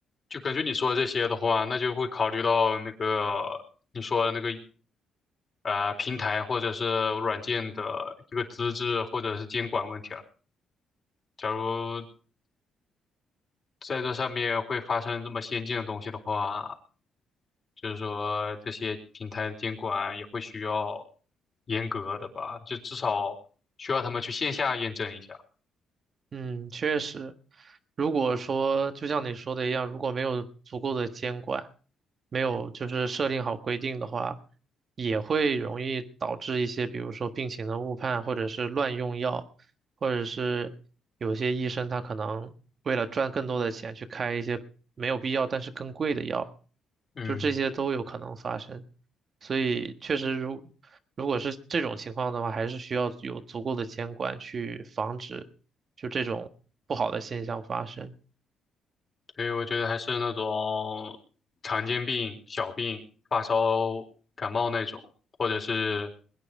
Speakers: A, on the left; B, on the right.
A: 就根据你说的这些的话，那就会考虑到那个你说的那个呃平台或者是软件的一个资质或者是监管问题了。假如在这上面会发生这么先进的东西的话，就是说这些平台的监管也会需要严格的吧，就至少需要他们去线下验证一下。
B: 嗯，确实，如果说就像你说的一样，如果没有足够的监管，没有就是设定好规定的话，也会容易导致一些，比如说病情的误判，或者是乱用药，或者是有些医生他可能为了赚更多的钱去开一些没有必要但是更贵的药，
A: 嗯，
B: 就这些都有可能发生。所以确实如，如果是这种情况的话，还是需要有足够的监管去防止。就这种不好的现象发生。
A: 所以我觉得还是那种常见病、小病、发烧、感冒那种，或者是